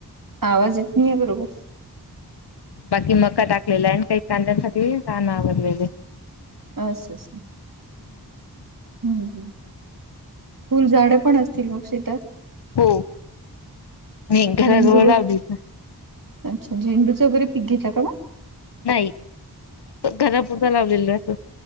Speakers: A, on the right; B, on the left.
A: आवाज येत नाही ये बरोबर.
B: बाकी मका टाकलेला आहे, आणि काही कांद्यांसाठी राहणं आवरलेल ये.
A: अस. अस. हम्म हम्. फुलझाडं पण असतील मग शेतात.
B: हो नाही घराजवळ
A: झेंडू
B: लावली ना
A: अच्छा, झेंडूचं वगैरे पीक घेता का मग.
B: नाही घरापूरत लावलेल राहतो.